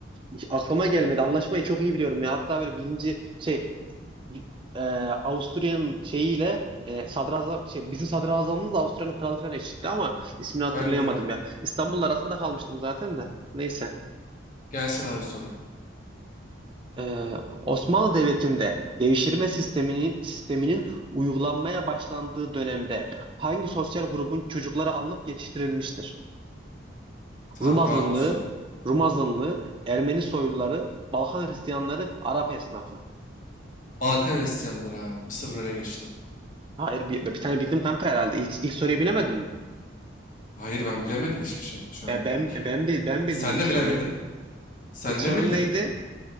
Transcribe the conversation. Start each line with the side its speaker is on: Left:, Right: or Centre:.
Right: hiç aklıma gelmedi. Anlaşmayı çok iyi biliyorum ya. Hatta böyle birinci şey e, Avusturya'nın şeyiyle e, sadrazam şey bizim sadrazamımız Avusturya'nın kralı falan eşitti ama ismini hatırlayamadım
Left: Aynen aynen.
Right: ya. İstanbul'la arasında kalmıştım zaten de. Neyse.
Left: Gelsin abi soru.
Right: Ee, Osmanlı Devleti'nde devşirme sistemini, sisteminin uygulanmaya başlandığı dönemde hangi sosyal grubun çocukları alınıp yetiştirilmiştir?
Left: Tamam
Right: Rum azınlığı,
Left: rahat bu soru.
Right: Rum azınlığı, Ermeni soyluları, Balkan Hristiyanları, Arap esnafı.
Left: Balkan Hristiyanları abi. Bir sıfır öne geçtim.
Right: Hayır bir, bir tane bildim kanka herhalde. İlk, ilk soruyu bilemedim mi?
Left: Hayır ben bilemedim hiçbir şey şu ana
Right: Ben,
Left: kadar.
Right: ben, ben, bi- ben bildim
Left: Sen
Right: ilk
Left: de
Right: soruyu.
Left: bilemedin. Sen
Right: İlk sorun
Left: ne bildin?
Right: neydi?